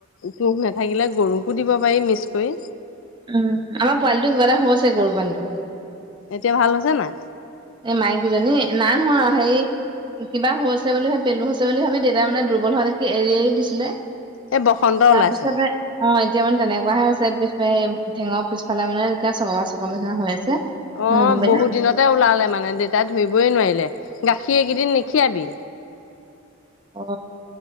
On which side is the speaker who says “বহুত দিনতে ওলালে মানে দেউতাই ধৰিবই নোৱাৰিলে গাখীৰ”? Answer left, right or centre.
Left